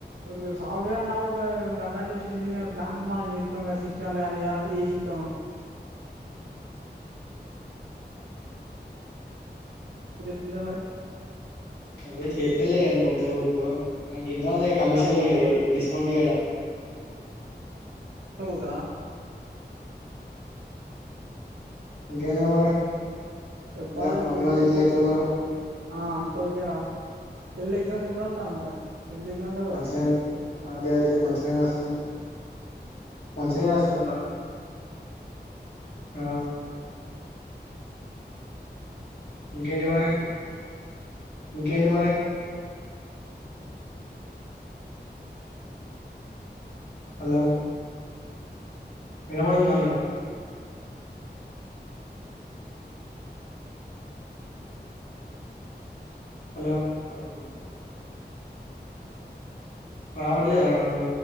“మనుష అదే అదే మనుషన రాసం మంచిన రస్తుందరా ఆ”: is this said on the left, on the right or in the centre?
Left